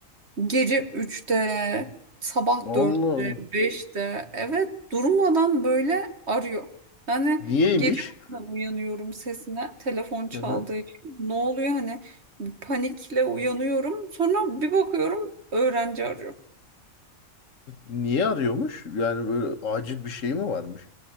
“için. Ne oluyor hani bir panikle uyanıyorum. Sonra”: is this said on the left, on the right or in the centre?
Right